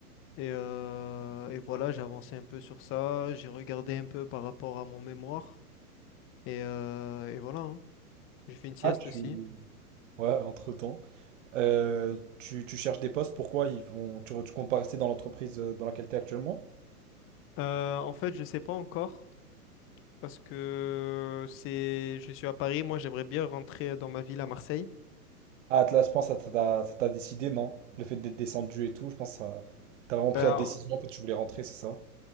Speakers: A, on the left (about 25°); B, on the right (about 55°).
A: Et, euh, et voilà, j'ai avancé un peu sur ça. J'ai regardé un peu par rapport à mon mémoire. Et, euh, et voilà, hein. J'ai fait une sieste
B: Ah, tu...
A: aussi.
B: Ouais, entre-temps. Euh, tu, tu cherches des postes, pourquoi ils vont... Tu, tu comptes pas rester dans l'entreprise euh, dans laquelle t'es actuellement?
A: Euh, en fait, je sais pas encore parce que c'est, je suis à Paris. Moi, j'aimerais bien rentrer dans ma ville à Marseille.
B: Ah, Atlas, je pense que ça t'a ça t'a décidé, non? Le fait d'être descendu et tout, je pense que ça... T'as vraiment
A: Ben,
B: pris la décision quand tu voulais rentrer, c'est ça?